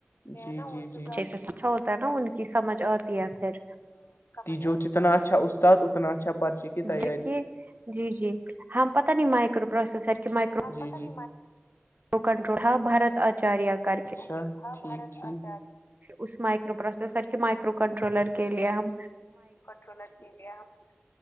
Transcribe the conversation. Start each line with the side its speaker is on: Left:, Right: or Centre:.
Left: جی جی جی
Right: اچھے سے اچھا ہوتا ہے نا ان کی سمجھ آتی ہے پھر
Left: کہ جو جتنا اچھا استاد اتنا اچھا پرچی کی تیاری
Right: دیکھیے جی جی ہاں پتا نہیں مائکرو پروسیسر کے مائکرو
Left: جی جی
Right: تو کنٹرول تھا بارت آچاریہ کر کے
Left: سر ٹھیک ٹھیک
Right: اس مائکرو پروسیسر کے مائکرو کنٹرولر کے لیے ہم
Left: <unintelligible> <unintelligible>